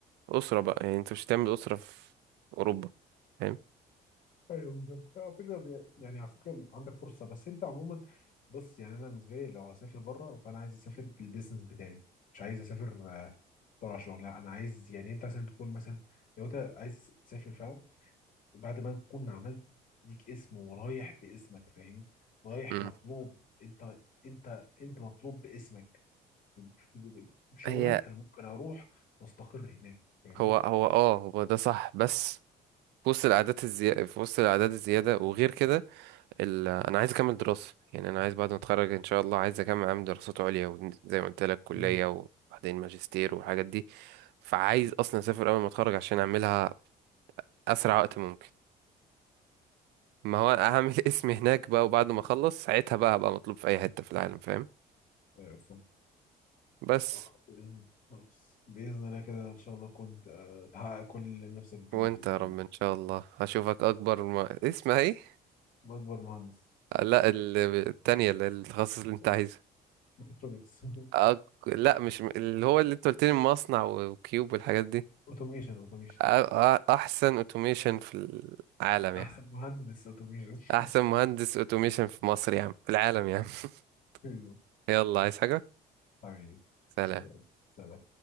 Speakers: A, on the right (about 80°); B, on the left (about 55°).
A: اسره بقى يعني انت مش هتعمل اسره في اوروبا فاهم
B: ايوه بالظبط على فكره بي- يعني على فكره عندك فرصه بس انت عموما بص يعني انا بالنسبه لي لو هسافر بره فانا عايز اسافر بالبيزنس بتاعي مش عايز اسافر آه، طلع شغل لا انا عايز يعني انت مثلا تكون مثلا لو انت عايز تسافر فاهم بعد ما تكون عملت ليك اسم ورايح باسمك فاهم رايح
A: مم.
B: مطلوب انت انت انت مطلوب باسمك ب- ب- ب- بشغلك
A: هي
B: انا ممكن اروح واستقر هناك فاهمني
A: هو هو اه هو ده صح بس في وسط الأعداد الزيادة في وسط الأعداد الزيادة وغير كده ال... أنا عايز أكمل دراسة يعني أنا عايز بعد ما أتخرج إن شاء الله عايز أكمل أعمل دراسات عليا وزي ما قلت لك كلية
B: مم.
A: وبعدين ماجستير والحاجات دي فعايز أصلا أسافر أول ما أتخرج عشان أعملها اسرع وقت ممكن ما هو هعمل <laughs> اسمي هناك بقى وبعد ما اخلص ساعتها بقى هبقى مطلوب في اي حتة في العالم فاهم
B: أيوة فاهم.
A: بس
B: آه، إيه، خلاص بإذن الله كده إن شاء الله كنت آه، تحقق كل اللي نفسك فيه
A: وانت
B: بإذن
A: يا
B: الله
A: رب ان شاء الله هشوفك اكبر ما... اسمها ايه
B: وأكبر مهندس
A: آه، لا ال- التانية اللي التخصص اللي انت
B: لا،
A: عايزه
B: ميكاترونكس <laughs>
A: أك... لا مش م- اللي هو اللي انت قلت لي مصنع وكيوب والحاجات دي
B: أوتوميشن أوتوميشن
A: أ... أ... احسن اوتوميشن في العالم
B: أحسن
A: يعني
B: مهندس أوتوميشن
A: احسن مهندس اوتوميشن في مصر يا عم في العالم يا عم
B: <laughs>
A: <laughs> يلا عايز حاجة
B: حبيبي
A: سلام
B: يلا سلام